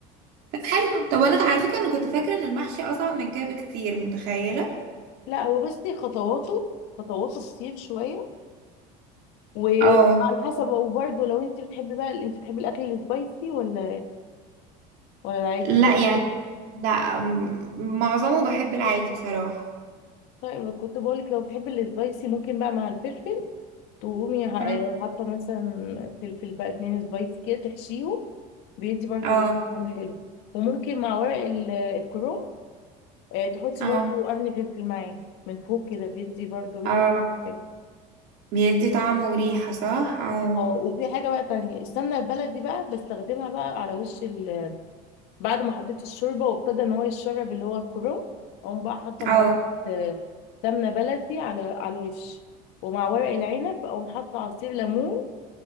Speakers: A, on the right (about 65°); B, on the left (about 70°).
A: طب حلو طب انا على فكره انا كنت فاكره ان المحشي اصعب من كده بكتير متخيله
B: لا هو بصي خطواته خطواته كتير شويه وعلى
A: اه
B: حسب وبرده لو انت بتحبي بقى انت بتحبي الاكل السبايسي ولا ولا العادي
A: لا يعني لا م- معظمه بحب العادي بصراحه
B: طيب كنت بقولك لو بتحبي السبايسي ممكن بقى مع الفلفل تقومي ح-
A: امم
B: حاطه مثلا فلفل بقى اتنين سبايسي كده تحشيهم بيدي برضه
A: اه
B: طعم حلو وممكن مع ورق ال- الكروم آه، تحطي
A: اه
B: برضه قرن فلفل معاه من فوق كده بيدي برضه ريحه
A: اه
B: حلوة.
A: بيدي طعم وريحه صح اه
B: اه وفي حاجة بقى تانية السمنة البلدي بقى بستخدمها بقى على وش ال... بعد ما حطيت الشوربة وابتدى ان هو يتشرب اللي هو الكرنب اقوم بقى حاطة معلقة
A: اه
B: آه، سمنة بلدي على على الوش ومع ورق العنب اقوم حاطة عصير ليمون